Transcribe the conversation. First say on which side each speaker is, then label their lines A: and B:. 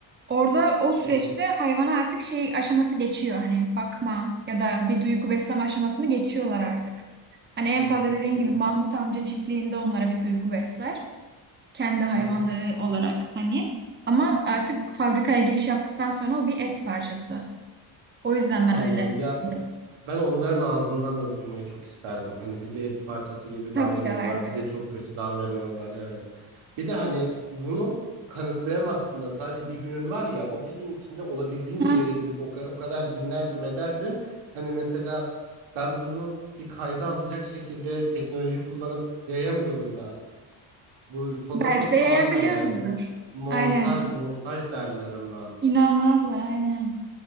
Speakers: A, on the right; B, on the right.
A: orada o süreçte
B: hı hı
A: hayvana artık şey aşaması geçiyor hani bakma ya da bir duygu besleme aşamasını geçiyorlar artık. Hani en
B: hı
A: fazla
B: hı
A: dediğim
B: hı
A: gibi
B: hı.
A: Mahmut amca çiftliğinde onlara bir duygu besler kendi hayvanları
B: hı hı.
A: olarak hani. Ama artık fabrikaya giriş yaptıktan sonra o bir et parçası. O yüzden ben
B: Anladım
A: öyle
B: ya.
A: dedim.
B: Ben onların ağzından da duymayı çok isterdim. Hani bize et parçası gibi
A: Tabii
B: davranıyorlar,
A: ya evet.
B: bize çok kötü davranıyorlar. Evet. Bir de hani bunu kanıtlayamazsın da sadece bir günün var ya o bir gün içinde olabildiğince
A: Ha,
B: yere gidip o, ka- o kadar dinlerdim ederdim. Hani mesela ben bunu bir kayda alacak şekilde teknoloji kullanıp yayamıyorum da. Bu Photoshop
A: Belki de
B: falan
A: yayabiliyoruzdur.
B: derler. Bu montaj
A: Aynen.
B: montaj derler ama.
A: İnanmazlar aynen.